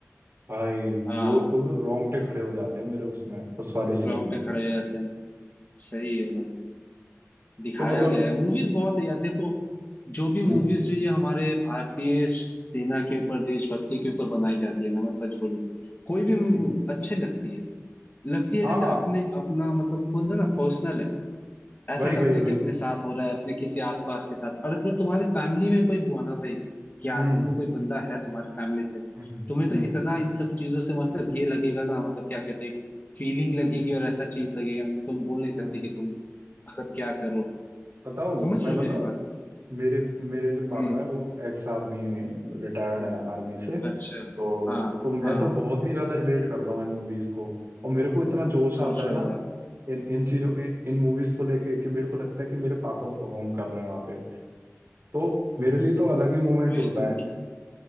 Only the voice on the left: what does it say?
हाँ
ग्राउंड
पे खड़े हो जाते हैं सही है भाई दिखाया
गया है मूवीज बहुत है यार देखो जो भी मूवीज
जो ये हमारे भारतीय सेना के ऊपर देशभक्ति के ऊपर बनाई जाती है ना मैं सच बोलूं कोई भी मूवी
अच्छी लगती है लगती है
जैसे अपने अपना मतलब खुद है ना पर्सनल है ऐसा
लगता
है कि
अपने साथ हो रहा है अपने किसी आसपास के साथ और अगर तुम्हारे फैमिली में कोई हुआ ना भाई कि
आर्मी में कोई बंदा है तुम्हारे फैमिली से
तुम्हें
तो इतना इन सब चीजों से मतलब ये लगेगा ना मतलब क्या कहते हैं फीलिंग लगेगी
और ऐसा चीज लगेगा ना कि तुम बोल नहीं सकते
कि तुम मतलब क्या करो
समझ
रहे
हो मेरी बात
हम्म
अच्छा हाँ
हाँ
सोचो
यार
वही
तुम्हें